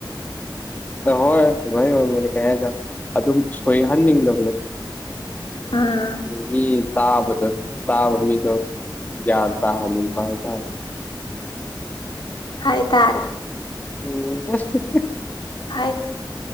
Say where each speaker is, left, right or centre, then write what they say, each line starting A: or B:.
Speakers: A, on the left; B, on the left.
A: ꯍꯣꯏ ꯃꯅꯤ ꯃ ꯀ ꯑꯗꯨꯝ ꯁꯣꯏꯍꯟꯅꯤꯡꯗꯕꯅꯦ
B: ꯑꯥ
A: ꯑꯗꯒꯤ ꯇꯥꯕꯗꯣ ꯇꯥꯕ ꯃꯤꯗꯣ ꯒ꯭ꯌꯥꯟ ꯇꯥꯍꯅꯤ ꯚꯥꯏ ꯇꯥ
B: ꯍꯥꯏ ꯇꯥꯔꯦ
A: ꯑꯣ
B: ꯍꯥꯏ